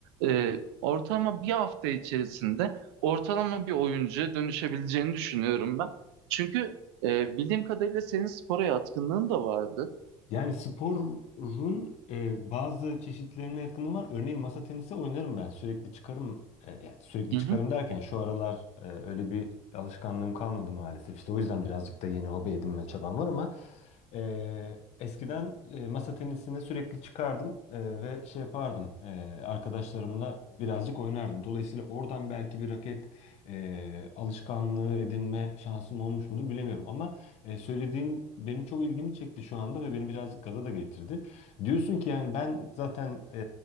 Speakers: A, on the right; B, on the left.
A: E, ortalama bir hafta içerisinde ortalama bir oyuncuya dönüşebileceğini düşünüyorum ben. Çünkü e, bildiğim kadarıyla senin spora yatkınlığın da vardı.
B: Yani sporun e, bazı çeşitlerine yatkınlığım var. Örneğin masa tenisi oynarım ben. Sürekli çıkarım. e, yani sürekli
A: Hı
B: çıkarım
A: hı.
B: derken şu aralar e, öyle bir alışkanlığım kalmadı maalesef. İşte o yüzden birazcık da yeni hobi edinme çabam var ama e, eskiden e, masa tenisine sürekli çıkardım e, ve şey yapardım. E, arkadaşlarımla birazcık oynardım. Dolayısıyla oradan belki bir raket e, alışkanlığı edinme şansım olmuş mudur bilemiyorum ama e, söylediğin benim çok ilgimi çekti şu anda ve beni birazcık gaza da getirdi. Diyorsun ki yani ben zaten e,